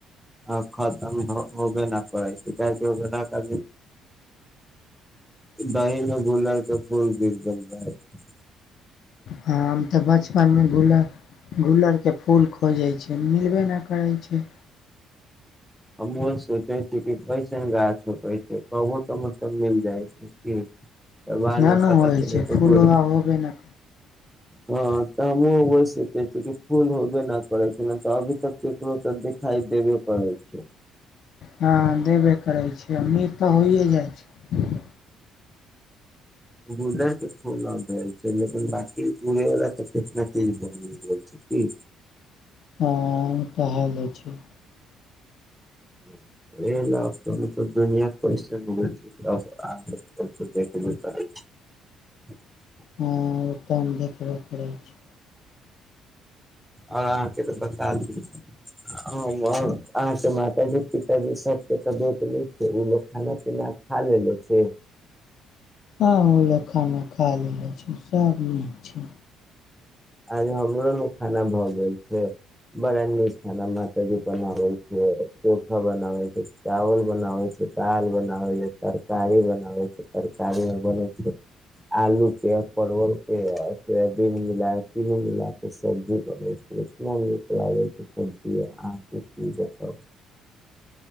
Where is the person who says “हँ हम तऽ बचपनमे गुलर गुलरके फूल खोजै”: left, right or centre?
Left